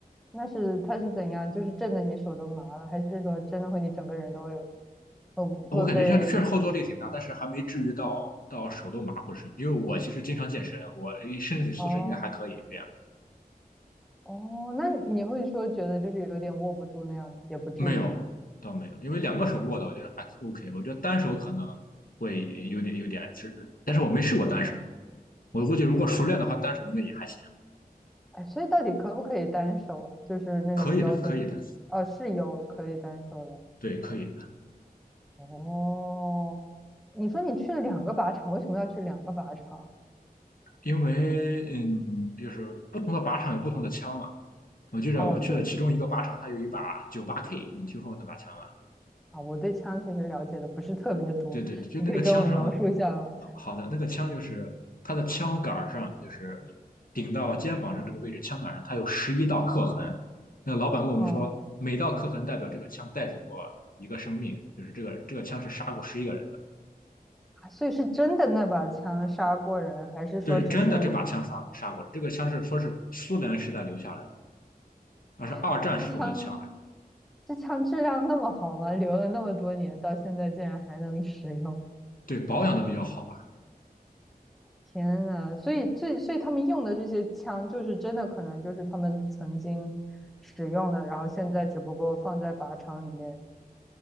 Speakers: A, in the centre; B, on the left.
A: 那是它是怎样？就是震得你手都麻了，还是说真的会你整个人都会有会会被
B: 我感觉像确实后坐力挺大，但是还没至于到到手都麻或者是，因为我其实经常健身，我身体素质应该还可以这样。
A: <laughs>？哦哦，那你会说觉得就是有点握不住那样吗？也不至于。
B: 没有，倒没有，因为两个手握的我觉得还 OK，我觉得单手可能会有点有点是，但是我没试过单手。我估计如果熟练的话，单手应该也还行，
A: 哎，所以到底可不可以单手啊？就是那种标准，
B: 可以的，可以的，
A: 哦，是有可以单手的。
B: 对，可以的。
A: 哦，你说你去了两个靶场，为什么要去两个靶场？
B: 因为嗯，就是不同的靶场有不同的枪嘛。我记得我去了其中一个靶场，
A: 哦，是
B: 它有一把九八 K，你听说过那把枪吗？
A: 啊，我对枪其实了解的不是特别多，
B: 对对，对就那个枪上，
A: 你可以跟我描述一下吗？
B: 好好的那个枪就是它的枪杆儿上，就是顶到肩膀上这个位置，枪杆上它有十一道刻痕。那老板跟我们说，
A: 哦，
B: 每道刻痕代表这个枪带走过一个生命，就是这个这个枪是杀过十一个人的。
A: 啊所以是真的那把枪杀过人，还是说只是
B: 对，真的这把枪刷过杀过了。这个枪是说是苏联时代留下来的，还是二战时候的枪还是？
A: 啊，这枪这枪质量那么好吗？留了那么多年，到现在竟然还能使用，
B: 对，保养的比较好吧？
A: 天呐，所以这所以他们用的这些枪，就是真的可能就是他们曾经使用的，然后现在只不过放在靶场里面